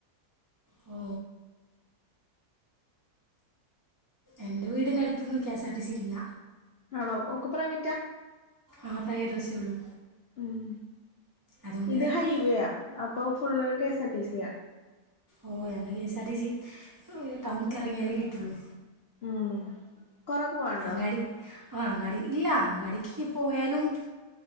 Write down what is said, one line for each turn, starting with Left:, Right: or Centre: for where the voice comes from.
Right: ഓ എന്റെ വീടിന്റെറ അടുത്തന്നും K S R T C ഇല്ല
Left: ആണോ ഒക്കെ പ്രൈ -
Right: ആഹ് പ്രൈവറ്റ് ബസേ ഉള്ളൂ
Left: ഉം
Right: അതുകൊണ്ട്
Left: ഇത്
Right: ഞങ്ങൾക്ക്
Left: ഹൈവേ ആ അപ്പൊ ഫുള് കെഎസ്ആർ ടി സി യ
Right: ഓ എന്നക്ക് എസ് ആർടി സി ടൗണക്ക് ഉറങ്ങിയാലേ കിട്ടുള്ളൂ
Left: ഉം കൊറെ പോവാണ്ടോ
Right: അങ്ങാടി ആ അങ്ങാടി ഇല്ല അങ്ങാടിക്ക് പോയാലും